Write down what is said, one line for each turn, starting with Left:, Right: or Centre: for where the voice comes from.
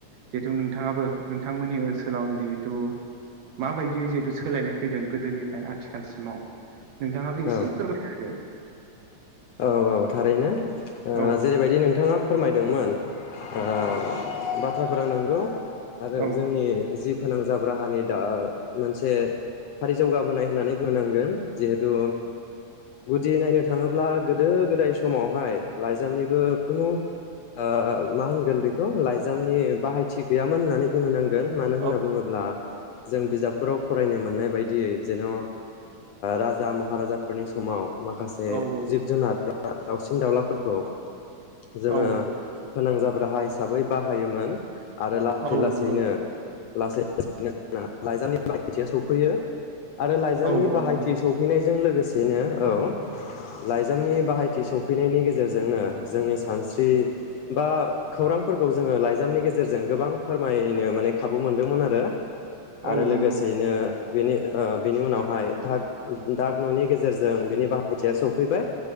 Right: जिहेथु नोंथाङाबो नोंथांमोननि ओनसोलाव जिहेथु माबायदि जिहेथु सोलायनाय फैदों गोदोनिफ्राय आथिखालसिमाव नोंथाङाबो एसे
Left: औ
Right: फोरमायना होदो
Left: औ औ थारैनो ओ
Right: होदो
Left: जेरैबायदि नोंथाङा फोरमायदोंमोन ओ बाथ्राफोरा नंगौ आरो
Right: औ
Left: जोंनि जि फोनांजाब राहानि दा मोनसे फारि जौगाबोनाय होननानै बुंनोनांगोन जिहेतु गुदि नायनो थाङोब्ला गोदो गोदाय समावहाय लाइजामनिबो खुनु ओ मा होनगोन बेखौ लाइजामनि बाहायथि गैयामोन होननानै बुंनो नांगोन मानो
Right: औ
Left: होनना बुङोब्ला जों बिजाबफोराव फरायनो मोननाय बायदियै जेन' ओ राजा महाराजाफोरनि समाव माखासे
Right: औ औ
Left: जि जुनार एबा दावसिन दाउलाफोरखौ जोङो
Right: औ
Left: फोनांजाब राहा हिसाबै बाहायोमोन आरो लासै
Right: औ
Left: लासैनो
Right: नंगौ
Left: लासै लासै <inaudible> लाइजामनि बाहायथिया सौफैयो आरो लाइजामनि
Right: औ औ
Left: बाहायथि
Right: नंगौ
Left: सौफैनायजों लोगो सेयैनो औ लाइजामनि बाहायथि सौफैनायनि गेजेरजोंनो जोंनि सानस्रि बा खौरांफोरखौ जोङो लाइजामनि गेजेरजों गोबां फोरमायनो माने खाबु मोनदोंमोन आरो। आरो
Right: औ नंगौ
Left: लोगोसेयैनो बिनि ओ बिनि उनावहाय धाग धाग न'नि गेजेरजों बिनि बाहायथिया सौफैबाय।